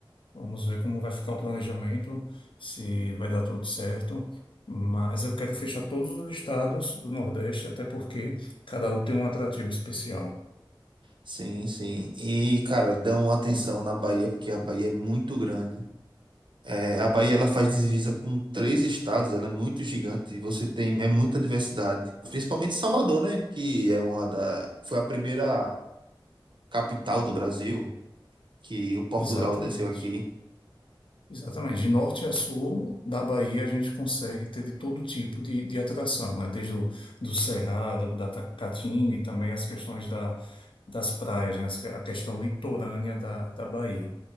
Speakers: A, on the left; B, on the right.
A: Vamos ver como vai ficar o planejamento, se vai dar tudo certo. Mas eu quero fechar todos os estados do Nordeste, até porque cada um tem um atrativo especial.
B: Sim, sim. E, cara, dão atenção na Bahia, porque a Bahia é muito grande. É, a Bahia ela faz divisa com três estados, ela é muito gigante e você tem é muita diversidade. Principalmente Salvador, né? Que é uma da foi a primeira capital do Brasil que o Portugal
A: Exatamente.
B: desceu aqui.
A: Exatamente. De norte a sul da Bahia, a gente consegue ter de todo tipo de, de atração, né? Desde o do Cerrado, da Ta- Caatinga e também as questões da, das praias, né? As que- A questão litorânea da, da Bahia.